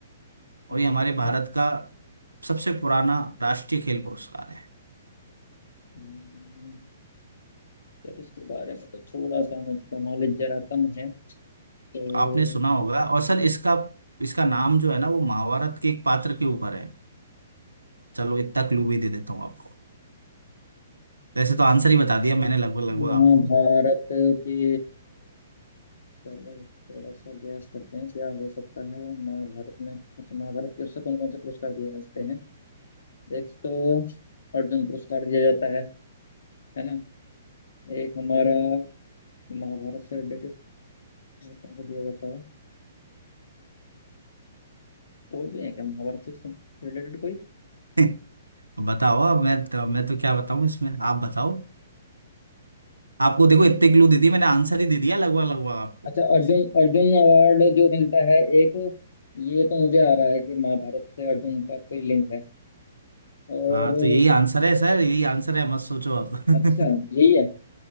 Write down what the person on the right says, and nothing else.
और
ये हमारे भारत का सबसे पुराना राष्ट्रीय खेल पुरस्कार है
आपने सुना होगा और सर इसका इसका नाम जो है ना वो महाभारत के एक पात्र के ऊपर है चलो इतना क्लू भी दे देता हूँ आपको वैसे तो आंसर ही बता दिया मैंने लगभग लगभग
आपको
<laughs> बताओ अब मैं तो, मैं तो क्या बताऊं इसमें आप बताओ आपको देखो इतने क्लू दे दिए मैंने आंसर ही दे दिया लगभग लगभग आपको
हाँ तो यही आंसर है सर यही आंसर है मत सोचो आप <laughs>